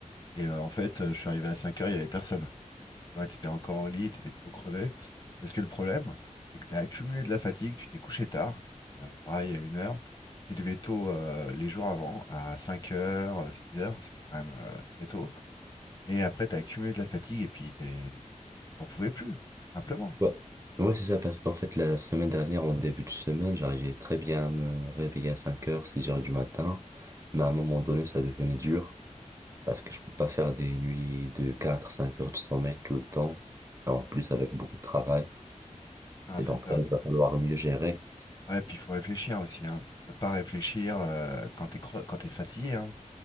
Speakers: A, on the left; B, on the right.
A: Et euh, en fait, euh, je suis arrivé à 5 heures, il n'y avait personne. Tu vois, tu étais encore au lit, tu étais trop crevé. Parce que le problème, c'est que tu as accumulé de la fatigue, tu t'es couché tard, euh, pareil à une heure. Tu t'es levé tôt euh, les jours avant, à 5 heures, euh, 6 heures, ce qui est quand même euh, très tôt. Et après, tu as accumulé de la fatigue et puis t'es... t'en pouvais plus, tout simplement.
B: Ouais, Ouais, c'est ça, parce qu'en fait, la semaine dernière, en début de semaine, j'arrivais très bien à me réveiller à 5 heures, 6 heures du matin. Mais à un moment donné, ça devenait dur, parce que je peux pas faire des nuits de 4 5 heures de sommeil tout le temps. Et en plus, avec beaucoup de travail.
A: Ah
B: Et
A: c'est
B: donc,
A: ça.
B: là, il va falloir mieux gérer.
A: Ouais, puis il faut réfléchir aussi, hein. Tu peux pas réfléchir euh, quand t'es cre- quand t'es fatigué, hein.